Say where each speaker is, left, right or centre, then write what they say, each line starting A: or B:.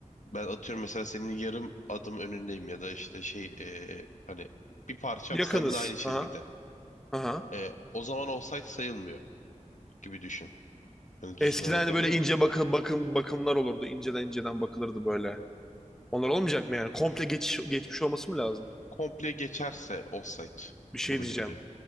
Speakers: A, on the left (about 70°); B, in the centre.
A: Ben atıyorum mesela senin yarım adım önündeyim ya da işte şey eee, hani bir parçam
B: Yakınız.
A: seninle aynı çizgide.
B: Aha. Aha.
A: Eee, o zaman offside sayılmıyor gibi düşün. Hani düzgün
B: Eskiden
A: anlatabildim
B: hani böyle ince
A: mi?
B: bakı, bakım bakımlar olurdu. İnceden inceden bakılırdı böyle. Onlar olmayacak mı yani? Komple geçiş, geçmiş olması mı lazım?
A: Komple geçerse offside
B: Bir şey
A: kabul
B: diyeceğim.
A: ediliyor.